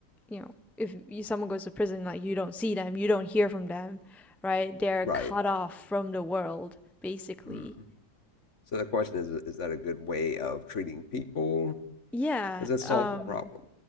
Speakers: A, in the centre; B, on the left.
A: you know, if you, someone goes to prison, like you don't see them, you don't hear from them, right? They're
B: right
A: cut off from the world, basically.
B: Hmm. So the question is: Is that a good way of treating people?
A: Yeah.
B: Does it solve
A: Um
B: the problem?